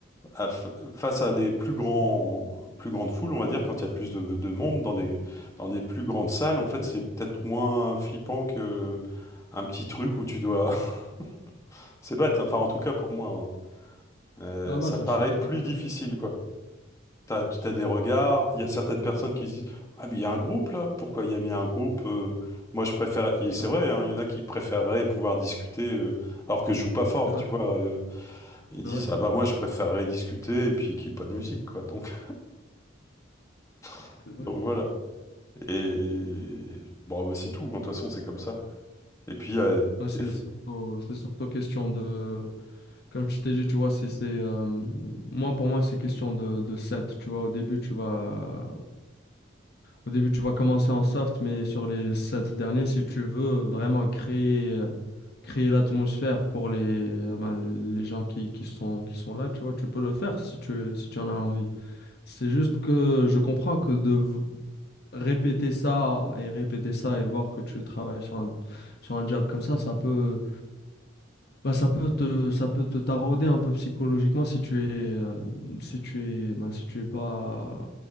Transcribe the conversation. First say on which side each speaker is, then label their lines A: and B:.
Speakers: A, on the left; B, on the left.
A: à f- face à des plus grands, plus grandes foules, on va dire, quand il y a plus de, de monde dans des, dans des plus grandes salles, en fait, c'est peut-être moins flippant que un petit truc où tu dois. <laughs> C'est bête, hein. enfin, en tout cas pour moi, hein. Euh,
B: Là, là,
A: ça
B: je
A: me paraît
B: suis tout
A: plus
B: à fait
A: difficile,
B: d'accord.
A: quoi. T'as, t'as des regards, il y a certaines personnes qui se disent, Ah, mais il y a un groupe là, pourquoi il y a mis un groupe euh, Moi je préfère, et
B: <laughs>
A: c'est vrai, hein, il y en a qui préféreraient pouvoir discuter euh, alors que je joue pas fort,
B: C'est vrai,
A: tu vois. euh, ils disent,
B: c'est vrai,
A: Ah bah moi je préférerais discuter et puis qu'il n'y ait pas de musique, quoi. Donc, <laughs>
B: c'est vrai.
A: donc voilà. Et bon, bah, c'est tout, hein, de toute façon c'est comme ça. Et puis, euh,
B: Ah, C'est
A: des... fois-
B: surtout, c'est surtout question de, comme je t'ai dit, tu vois, si c'est, euh, moi, pour moi, c'est question de, de set, tu vois, au début, tu vas, au début, tu vas commencer en soft, mais sur les sept derniers, si tu veux vraiment créer, euh, créer l'atmosphère pour les, euh, ben, les gens qui, qui sont, qui sont là, tu vois, tu peux le faire si tu, si tu en as envie. C'est juste que je comprends que de, répéter ça et répéter ça et voir que tu travailles sur un, sur un job comme ça, ça peut, bah, ça peut te, ça peut te tarauder un peu psychologiquement si tu es, euh, si tu es, bah, si tu es pas